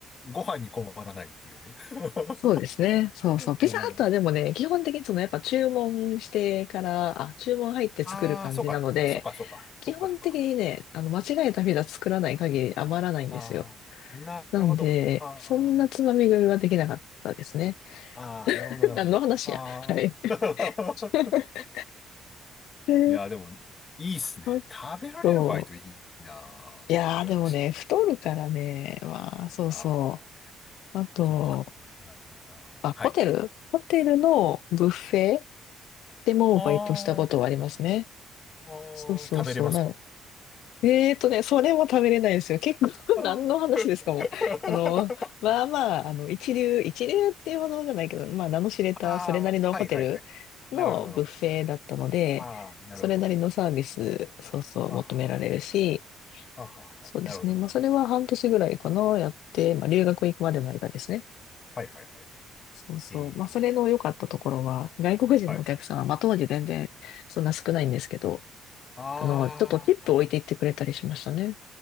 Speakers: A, on the left; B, on the left.
A: ご飯に困らないっていうね。<laughs>
B: そうですね。そうそう。ピザハットはでもね、
A: あ、なるほど。
B: 基本的にそのやっぱ注文してから、あ、注文入って作る感じなので、
A: ああ、そうか。そうか、そうか。
B: 基本的にね、
A: そうか、そうか。
B: あの、間違えたピザ作らない限り余らないんですよ。
A: ああ、なるほど。
B: なんで、
A: ああ、
B: そんなつまみ食いはできなかったですね。<laughs>
A: ああ、なるほど、なるほど。
B: 何の話や。
A: ああ。
B: はい。<laughs>
A: <laughs>
B: で、
A: いや、でも、いいっすね。
B: あ
A: 食べられるバイトいいな
B: と、いやーでもね、
A: あ。羨ましい。
B: 太るからね、まあ、そうそ
A: ああ、
B: う。あと、
A: そう、わああはい。
B: あ、ホテルホテルのブッフェでもバイトしたことはありますね。
A: あーあー、
B: そうそうそう。
A: 食べれますか
B: なんえーとね、それも食べれないですよ。結構、
A: あー
B: <laughs> 何の話ですかもう。
A: <laughs>
B: あの、まあまあ、あの、一流、一流っていうほどじゃないけど、まあ、名の知れた、
A: あー、
B: それなりのホテルのブッフェだったので、
A: はいはいはい。なるほど、なるほど。ああ、なるほど。
B: それなりのサービス、そうそう、
A: あは、
B: 求められるし、
A: あはは、
B: そうですね。
A: なるほど、なるほど。
B: まあ、それは半年ぐらいかな、やって、まあ、留学行くまでの間ですね。
A: はいはいはい。
B: そうそう。
A: え
B: まあ、それの良かったところは、
A: ー、
B: 外国人のお客さんは、
A: はい。
B: まあ、当時全然、そんな少ないんですけど、
A: ああ、
B: あの、ちょっとチップ置いていってくれたりしましたね。